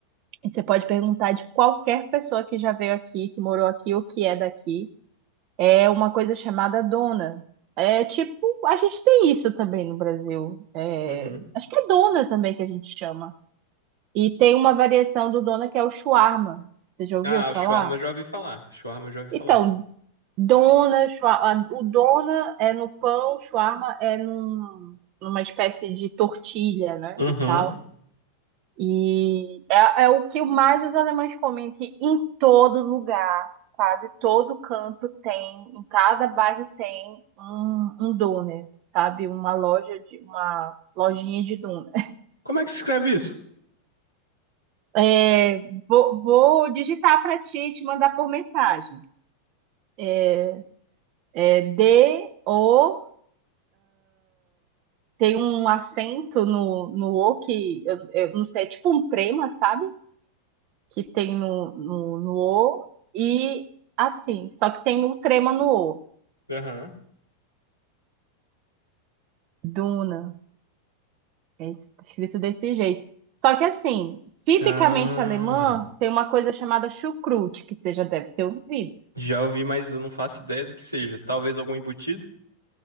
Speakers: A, on the right; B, on the right.
A: e você pode perguntar de qualquer pessoa que já veio aqui, que morou aqui ou que é daqui, é uma coisa chamada dona. É tipo, a gente tem isso também no Brasil. É,
B: Uhum.
A: acho que é dona também que a gente chama. E tem uma variação do dona que é o shawarma. Você já ouviu
B: Ah,
A: falar?
B: o shawarma eu já ouvi falar. Shawarma eu já ouvi falar.
A: Então, dona, shua- o dona é no pão, o shawarma é num- numa espécie de tortilha, né?
B: Uhum.
A: E tal. E é, é o que mais os alemães comem, que em todo lugar, quase todo canto tem, em cada bairro tem um, um doner, sabe? Uma loja de uma lojinha de doner.
B: Como é que se escreve isso?
A: É, vou, vou digitar para ti e te mandar por mensagem. É, é D, O, tem um acento no, no O que eu, eu não sei, é tipo um trema, sabe? Que tem no, no, no O e assim, só que tem o trema no O.
B: Aham.
A: Duna, é es- escrito desse jeito. Só que assim, tipicamente
B: Ah,
A: alemã tem uma coisa chamada chucrute, que você já deve ter ouvido.
B: já ouvi, mas eu não faço ideia do que seja. Talvez algum embutido?